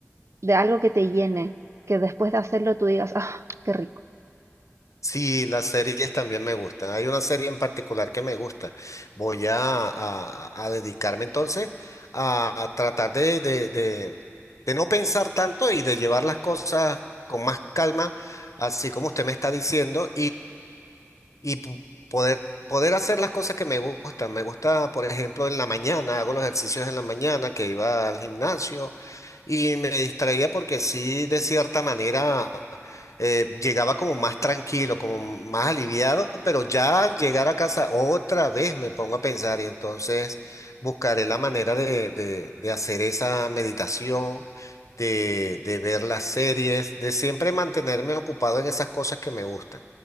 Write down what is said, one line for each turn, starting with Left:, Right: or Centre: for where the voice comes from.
Right: de algo que te llene, que después de hacerlo tú digas, ah, qué rico.
Left: Sí, las series también me gustan. Hay una serie en particular que me gusta. Voy a, a- a dedicarme entonces a, a tratar de, de- de- de no pensar tanto y de llevar las cosas con más calma, así como usted me está diciendo, y pu- poder, poder hacer las cosas que me gustan. Me gusta, por ejemplo, en la mañana, hago los ejercicios en la mañana que iba al gimnasio y me distraía porque sí, de cierta manera, eh, llegaba como más tranquilo, como más aliviado, pero ya al llegar a casa otra vez me pongo a pensar y entonces buscaré la manera de, de, de hacer esa meditación. De, de ver las series, de siempre mantenerme ocupado en esas cosas que me gustan.